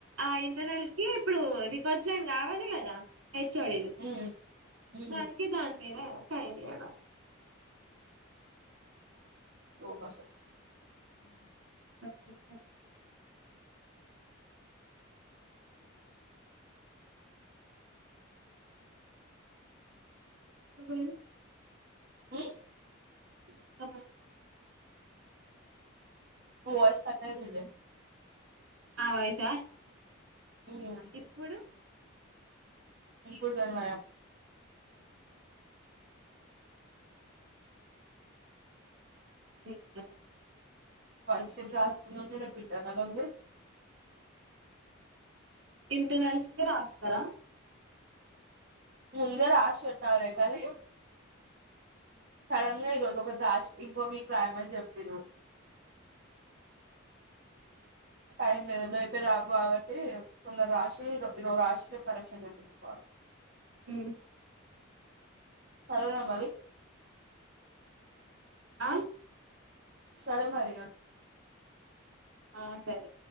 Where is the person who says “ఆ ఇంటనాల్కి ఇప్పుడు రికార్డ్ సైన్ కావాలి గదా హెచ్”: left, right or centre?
Right